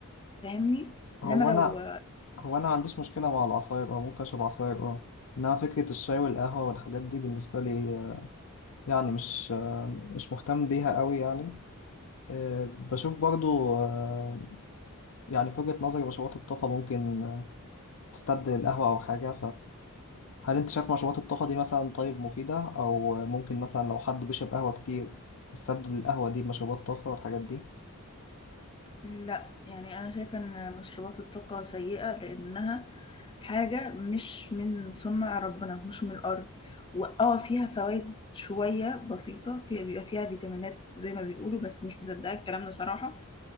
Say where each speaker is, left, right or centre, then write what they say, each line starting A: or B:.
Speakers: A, on the left; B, on the left.
A: فاهمني؟
B: هو
A: إنّما لو
B: انا هو انا ما عنديش مشكله مع العصاير او ممكن اشرب عصاير اه انما فكره الشاي والقهوه والحاجات دي بالنسبه لي آه، يعني مش آه، مش مهتم بيها قوي يعني آه، بشوف برضو آه، يعني في وجهه نظري مشروبات الطاقه ممكن آه، تستبدل القهوه او حاجه هل انت شايف مشروبات الطاقة دي مثلا طيب مفيدة او ممكن مثلا لو حد بيشرب قهوة كتير يستبدل القهوة دي بمشروبات طاقة والحاجات دي
A: لأ، يعني أنا شايفة إن مشروبات الطاقة سيئة لإنّها حاجة مش من صنع ربنا، مش من الأرض، وآه فيها فوايد شوية بسيطة، فيها بيبقى فيها فيتامينات زي ما بيقولوا، بس مش مصدّقة الكلام ده صراحة.